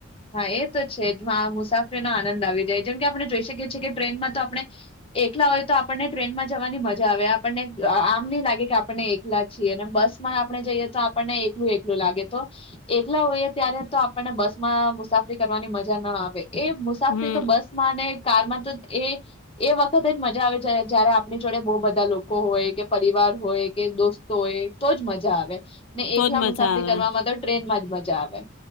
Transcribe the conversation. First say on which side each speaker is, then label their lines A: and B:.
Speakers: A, on the left (about 25°); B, on the left (about 80°).
A: હા એ તો છે જ મુસાફરીનો આનંદ આવી જાય જેમ કે આપણે જોઈ શકીએ છીએ કે ટ્રેનમાં તો આપણે, એકલા હોય તો આપણને ટ્રેનમાં જવાની મજા આવે, આપણને આમ નહી લાગે કે આપણને એકલા છીએ અને બસ માં આપણે જઈએ તો આપણને એકલું એકલું લાગે તો, એકલા હોઈએ ત્યારે તો આપણને બસ માં મુસાફરી કરવાની મજા ના આવે. એ મુસાફરી
B: હમ
A: તો બસ માં ને કારમાં તો એ એ વખત જ મજા આવે જ જયારે આપણી જોડે બહુ બધા લોકો હોય કે પરિવાર હોય કે દોસ્તો હોય તો જ મજા આવે. ને
B: તો
A: એકલા
B: જ મજા
A: મુસાફરી
B: આવે
A: કરવામાં તો ટ્રેનમાં જ. મજા આવે.